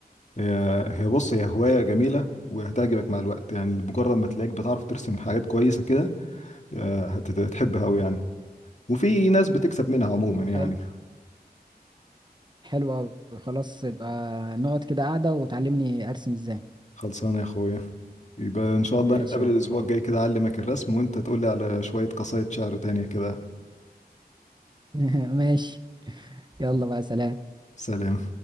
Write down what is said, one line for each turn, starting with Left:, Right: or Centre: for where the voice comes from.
Left: هي هي بص هي هواية جميلة وهتعجبك مع الوقت يعني مجرد ما تلاقيك بتعرف ترسم حاجات كويسة كده آه، هت- هتحبها أوي يعني وفي ناس بتكسب منها عموما يعني
Right: حلو حلو أوي. خلاص يبقى نقعد كده قاعده وتعلمني ارسم ازاي
Left: خلصانة يا أخويا يبقى إن شاء
Right: ماشي
Left: الله نتقابل
Right: يا
Left: الأسبوع
Right: اخويا
Left: الجاي كده أعلمك الرسم وأنت تقولي على شوية قصايد شعر تانية كده
Right: <laughs> ماشي يلا بقى سلام
Left: سلام